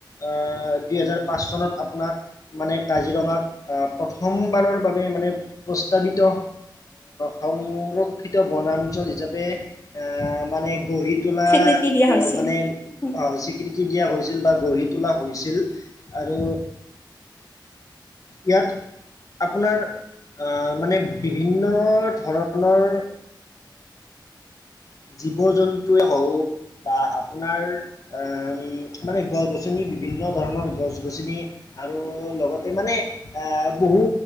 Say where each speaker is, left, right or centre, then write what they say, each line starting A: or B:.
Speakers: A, on the left; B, on the left.
A: আহ দুই হেজাৰ পাঁচ চনত আপোনাক মানে কাজিৰঙাক প্ৰথমবাৰৰ বাবে মানে প্ৰস্তাৱিত সংৰক্ষিত বনাঞ্চল হিচাপে অ' মানে গঢ়ি তোলা
B: স্বীকৃতি দিয়া হৈছিল
A: মানে
B: উম
A: স্বীকৃতি দিয়া হৈছিল বা গঢ়ি তোলা হৈছিল আৰু ইয়াত আপোনাৰ আ মানে বিভিন্ন ধৰণৰ জীৱ জন্তুৱে হওক বা আপোনাৰ উম মানে গছ গছনি বিভিন্ন ধৰণৰ গছ গছনি আৰু লগতে মানে অ', বহু